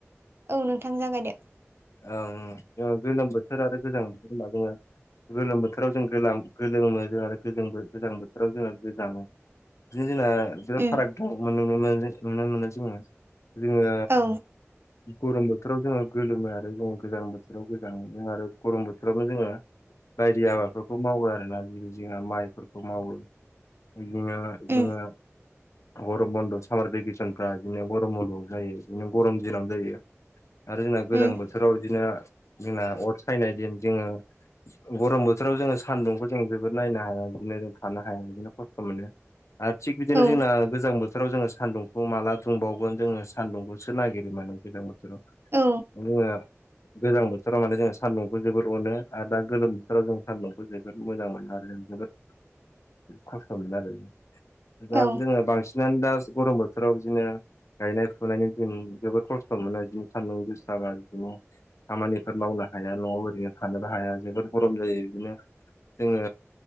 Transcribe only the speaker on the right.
औ नोंथां जागाय दो
उम
औ
उम
उम
औ
औ
औ